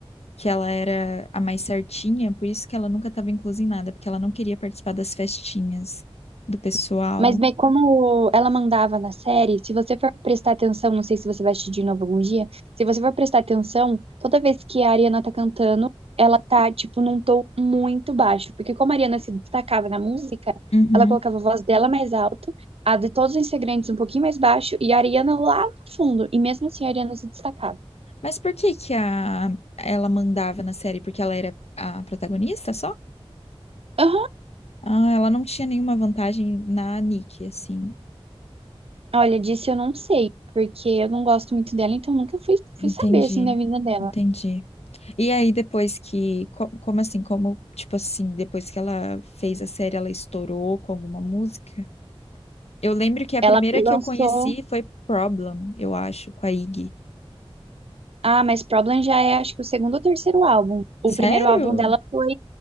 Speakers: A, on the left (about 85°); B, on the right (about 70°).
A: que ela era a mais certinha, por isso que ela nunca estava inclusa em nada, porque ela não queria participar das festinhas do pessoal.
B: Mas bem, como ela mandava na série, se você for prestar atenção, não sei se você vai assistir de novo algum dia, se você for prestar atenção, toda vez que a Ariana tá cantando, ela tá, tipo, num tom muito baixo. Porque como a Ariana se destacava na música,
A: Uhum.
B: ela colocava a voz dela mais alto, a de todos os integrantes um pouquinho mais baixo, e a Ariana lá no fundo. E mesmo assim a Ariana se destacava.
A: Mas por que que a, ela mandava na série? Porque ela era a protagonista só?
B: Aham.
A: Ah, ela não tinha nenhuma vantagem na Nick, assim.
B: Olha, disso eu não sei, porque eu não gosto muito dela, então nunca fui, fui
A: Entendi,
B: saber, assim, da vida dela.
A: entendi. E aí, depois que. co- Como assim? Como, tipo assim, depois que ela fez a série, ela estourou com alguma música? Eu lembro que a
B: Ela
A: primeira
B: lançou.
A: que eu conheci foi Problem, eu acho, com a Iggy.
B: Ah, mas Problem já é, acho que o segundo ou terceiro álbum. O
A: Sério?
B: primeiro álbum dela foi.